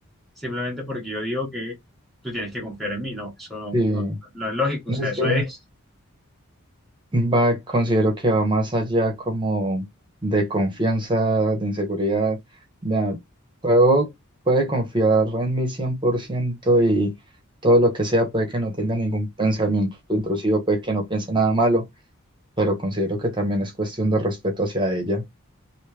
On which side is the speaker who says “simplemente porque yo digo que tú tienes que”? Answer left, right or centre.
Centre